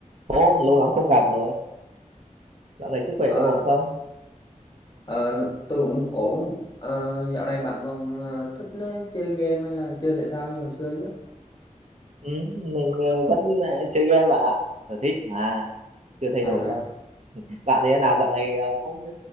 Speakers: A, on the right (about 55°); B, on the left (about 30°).
A: Ồ, lâu lắm không gặp rồi. Dạo này sức khỏe
B: Ờ,
A: có ổn không?
B: ờ, tôi cũng ổn. Ờ, dạo này bạn còn ờ, thích ờ, chơi game hay là chơi thể thao như hồi xưa chứ?
A: Ừ, mình ờ, vẫn ờ, chơi game bạn ạ. Sở thích mà, chưa thay
B: À,
A: đổi đâu. Bạn thế nào dạo này ờ, cũng